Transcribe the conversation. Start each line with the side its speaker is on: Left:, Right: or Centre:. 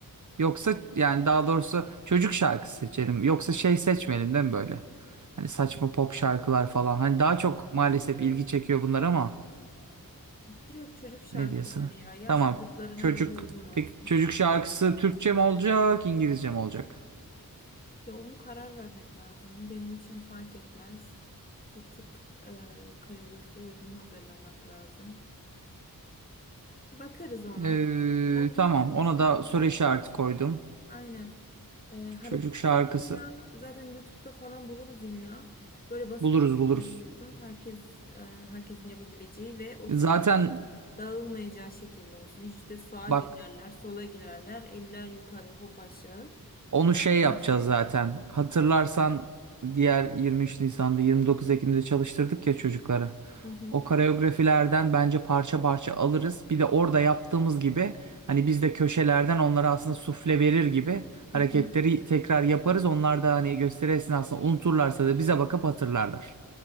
Right: Yoksa yani daha doğrusu çocuk şarkısı seçelim. Yoksa şey seçmeyelim değil mi böyle? Hani saçma pop şarkılar falan. Hani daha çok maalesef
Left: Yo yo.
Right: ilgi çekiyor bunlar ama
Left: Direkt çocuk şarkıları
Right: ne diyorsun?
Left: ya. Yaş
Right: Tamam.
Left: gruplarına
Right: Çocuk
Left: göre uygun olsun.
Right: peki çocuk şarkısı Türkçe mi olacak, İngilizce mi olacak?
Left: Ya onu karar vermek lazım. Benim için fark etmez. Bir tık e, koreografiye uygun hazırlamak lazım. Bakarız ona.
Right: Ee,
Left: Bence
Right: tamam.
Left: ilk önce
Right: Ona
Left: şu
Right: da
Left: anda
Right: soru işareti koydum.
Left: aynen. Ee, hareketleri
Right: Çocuk şarkısı.
Left: mesela zaten YouTube'da falan buluruz illa. Böyle basit
Right: Buluruz
Left: bir
Right: buluruz.
Left: şeyler olsun. Herkes e, herkesin yapabileceği ve o sıra
Right: Zaten
Left: dağılmayacağı şekilde olsun. Hiç de sağa
Right: bak
Left: girerler, sola girerler, eller yukarı, hop aşağı.
Right: Onu şey
Left: Bu
Right: yapacağız
Left: tarz şeyler.
Right: zaten. Hatırlarsan diğer 23 Nisan'da 29 Ekim'de çalıştırdık ya çocukları.
Left: Hı hı.
Right: O koreografilerden bence parça parça alırız. Bir de orada yaptığımız gibi hani biz de köşelerden onlara aslında sufle verir gibi hareketleri
Left: Hı hı.
Right: tekrar yaparız. Onlar da hani gösteri esnasında unuturlarsa da bize bakıp hatırlarlar.